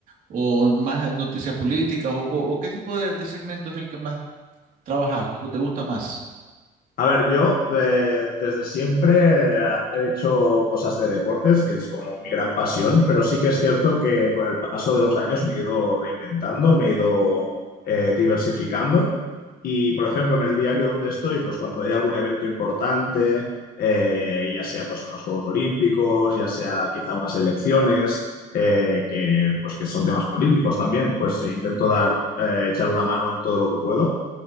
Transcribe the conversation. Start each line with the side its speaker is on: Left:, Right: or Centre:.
Right: o más noticias políticas o, o qué tipo de, de segmento es el que más trabajas o te gusta más?
Left: A ver, yo eh, desde siempre he hecho cosas de deportes, que es como mi gran pasión, pero sí que es cierto que con el paso de los años me he ido reinventando, me he ido eh, diversificando y, por ejemplo, en el diario donde estoy, pues cuando hay algún evento importante, eh, ya sea pues unos Juegos Olímpicos, ya sea quizá unas elecciones, eh, que pues que son temas políticos también, pues intento dar, eh, echar una mano en todo lo que puedo.